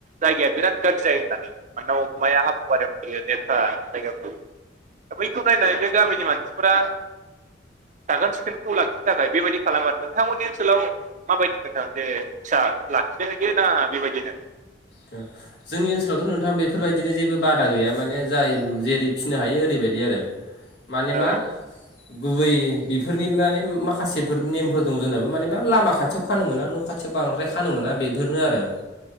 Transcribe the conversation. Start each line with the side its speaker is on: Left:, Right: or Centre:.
Right: जायगाया बिराद गाज्रि जायो होननानै मानोन अमाया हाब्रु बारियाव लेथ्रा जायगाखौ दा बैखौ नायनानै बे गामिनि मानसिफोरा साखोन सिखोनखौ लाखिनो थाखाय बेबायदि खालाम आरो नोंथांमोननि ओनसोलाव माबायदि नोंथां जे फिसा लाखिनो होयो ना बेबायदिनो
Left: द जोंनि ओनसोलावथ' नोंथां बेफोरबायदिनो जेबो बादा गैया माने जाय जेरै फिनो हायो ओरैबायदि आरो मानिमा
Right: औ
Left: गुबै बेफोरनि माने माखासेफोर नेमफोर दं जोंनाबो माने मा लामा खाथियाव खानो मोना न' खाथि ए बांद्राय खानो मोना बेफोरनो आरो